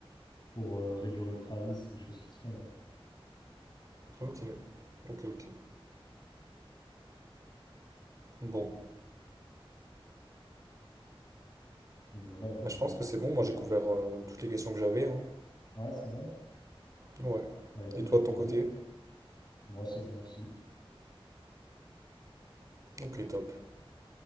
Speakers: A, on the left; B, on the right.
A: pour euh, réduire le préavis. C'est des choses qui se font. hein.
B: Ok, ok, ok. Bon,
A: Donc voilà, écoute.
B: bah, je pense
A: euh,
B: que c'est bon. Moi, j'ai couvert euh, toutes les questions que j'avais. hein.
A: ouais, c'est bon.
B: Ouais.
A: Bah écoute,
B: Et toi,
A: au plaisir.
B: de ton côté?
A: Moi, c'est bon aussi.
B: Ok, top.